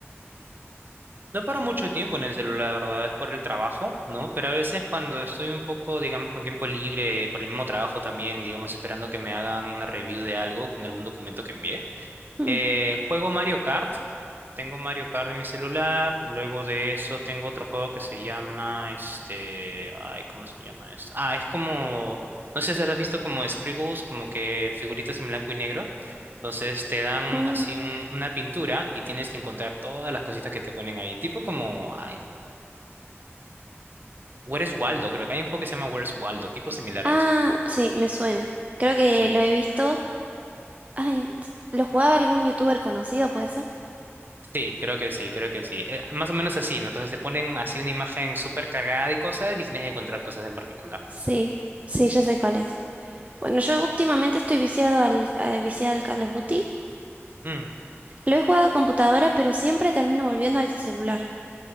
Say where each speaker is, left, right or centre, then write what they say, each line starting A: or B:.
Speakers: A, on the right; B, on the right.
A: No paro mucho tiempo en el celular, la verdad, es por el trabajo, ¿no? Pero a veces cuando estoy un poco, digamos, con tiempo libre, por el mismo trabajo también, y digamos, esperando que me hagan una review de algo, de algún documento que envié,
B: Mm.
A: eh, juego Mario Kart. Tengo Mario Kart en mi celular. Luego de eso tengo otro juego que se llama este. Ay, ¿cómo se llama esto? Ah, es como. No sé si has visto como scribbles, como que figuritas en blanco y negro. Entonces te dan
B: Ah,
A: así un- una pintura y tienes que encontrar todas las cositas que te ponen ahí. Tipo como. Ay, Where's Waldo? Creo que hay un juego que se llama Where's Waldo, tipo similar
B: Ah,
A: a eso.
B: sí, me suena. Creo que
A: Sí.
B: lo he visto. Ay, ¿lo jugaba algún youtuber conocido, puede ser?
A: Sí, creo que sí, creo que sí. Eh, más o menos así, ¿no? Entonces te ponen así una imagen súper cargada de cosas y tienes que encontrar cosas en particular.
B: Sí, sí, ya sé cuál es. Bueno, yo últimamente estoy viciado al, eh, viciada al Call of Duty.
A: Mm.
B: Lo he jugado a computadora, pero siempre termino volviendo al de celular.